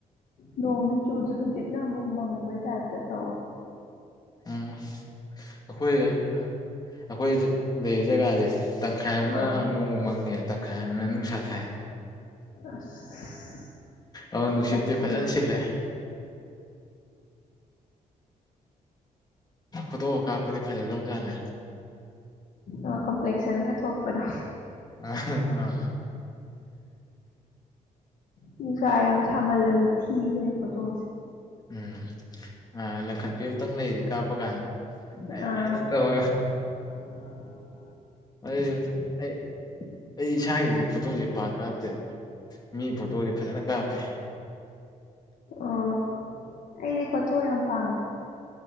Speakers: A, on the left (about 70°); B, on the left (about 30°).
A: ꯅꯣꯡꯗꯤ ꯆꯨꯗꯦ ꯍꯧꯖꯤꯛꯅ ꯑꯃꯨꯛ ꯃꯪꯕꯩ ꯇꯥꯏꯞꯇ ꯇꯧꯋꯦ
B: ꯎꯝ ꯑꯩꯈꯣꯏ ꯑꯩꯈꯣꯏꯗꯤ ꯂꯩꯔꯤ ꯖꯒꯥꯖꯦ ꯇꯪꯈꯥꯏ ꯑꯃꯅ
A: ꯑꯥ
B: ꯅꯣꯡ ꯃꯪꯉꯦ ꯇꯪꯈꯥꯏ ꯑꯃꯅ ꯅꯨꯡꯁꯥ ꯁꯥꯏ
A: ꯑꯁ
B: ꯑꯗꫭ ꯅꯨꯡꯁꯤꯠꯇꯤ
A: ꯑꯩꯗꯤ
B: ꯐꯖꯅ ꯁꯤꯠꯂꯦ ꯐꯣꯇꯣꯒ ꯀꯥꯞꯄꯗꯤ ꯐꯖꯗꯧꯖꯥꯠꯅꯦ
A: ꯑꯣ ꯀꯝꯄ꯭ꯂꯦꯛꯁꯟꯒ ꯊꯣꯛꯄꯗꯣ <inaudible>
B: ꯑꯥ
A: ꯅꯨꯡꯁꯥ ꯌꯥꯝ ꯁꯥꯃꯜꯂꯖꯨ ꯊꯤꯕꯅꯦ ꯐꯣꯇꯣꯁꯦ
B: ꯎꯝ ꯑꯥ ꯂꯪꯈꯠꯄꯤ ꯑꯝꯇꯪ ꯂꯩꯔꯤ ꯀꯥꯞꯄ ꯀꯥꯟꯗ ꯑꯩ
A: ꯑꯥ
B: ꯍꯩꯅꯇ꯭ꯔꯕ
A: <inaudible>
B: ꯑꯩ ꯑꯩ ꯑꯩ ꯏꯁꯥꯒꯤꯗꯤ ꯐꯣꯇꯣꯖꯦ ꯄꯥꯛ ꯀꯥꯞꯇꯦ ꯃꯤ ꯐꯣꯇꯣꯗꯤ ꯐꯖꯅ ꯀꯥꯞꯄꯦ
A: ꯑꯣ ꯑꯩꯗꯤ ꯄꯣꯊꯣꯛ ꯌꯥꯝ ꯄꯥꯝꯃꯦ